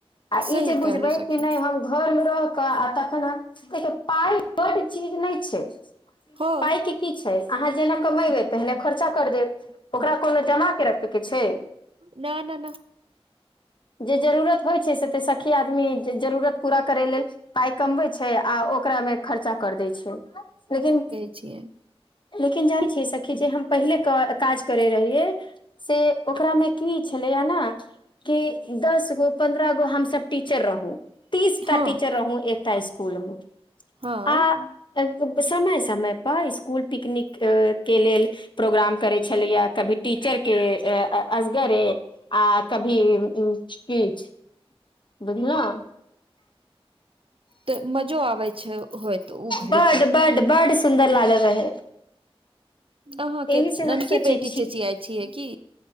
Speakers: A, on the left (about 50°); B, on the right (about 60°).
A: आ
B: सही
A: ई जे
B: कहलहुँ
A: बुझबै
B: सखी
A: कि नै हम घर मे रहके आ तखन हम पाइ बड चीज नै छै
B: हँ
A: पाइ के की छै अहाँ जेना कमेबै तेने खर्चा कर देब ओकरा कोनो जमा के रखे के छय
B: न न न
A: जे जरूरत होइ छै से त सखी आदमी जे जरूरत पूरा करे लेल पाय कमबै छै आ ओकरा मे खर्चा कर दै छै लेकिन
B: छि
A: लेकिन जानै छियै सखी जे हम पहिले क काज करै रहियै से ओकरा मे की छलैया न कि दस गो पन्द्रह गो हमस टीचर रहुँ तीसटा
B: हँ
A: टीचर रहुँ एकटा स्कुल में
B: हँ
A: आ समय समय पर इस्कूल पिकनिक के लेल प्रोग्राम करै छलैया कभी टीचर के असगरे आ कभी अ किछ बुझलौं
B: त मजा आबऐ छै होइ त ओ घड़ी
A: बड
B: त
A: बड बड सुन्दर लागत रहै
B: अहाँके
A: एहि से हम
B: ननकी
A: सोचै
B: बेटी
A: छी
B: चेचियाइ छियै की